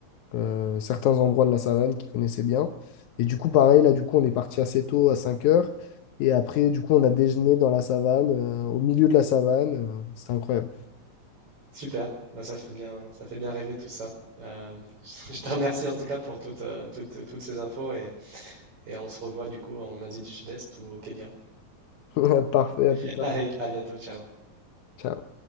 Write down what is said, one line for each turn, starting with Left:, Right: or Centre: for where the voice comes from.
Left: euh, certains endroits de la savane qu'il connaissait bien. Et du coup, pareil, là, du coup, on est parti assez tôt, à 5 heures. Et après, du coup, on a déjeuné dans la savane, euh, au milieu de la savane. Euh, C'était incroyable.
Right: Super. Bah, ça fait bien, ça fait bien rêver tout ça. Euh, <laughs> je te remercie en tout cas pour toutes, euh, toutes, toutes ces infos et, et on se revoit du coup en Asie du Sud-Est ou au Kenya.
Left: <laughs> Parfait,
Right: <laughs>
Left: à plus tard.
Right: Allez, à bientôt, ciao.
Left: Ciao.